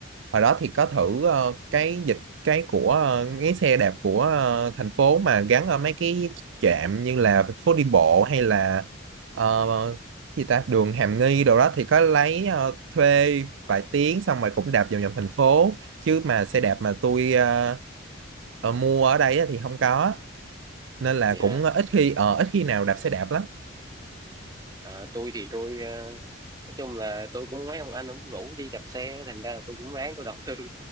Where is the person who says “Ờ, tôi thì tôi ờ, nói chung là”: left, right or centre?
Right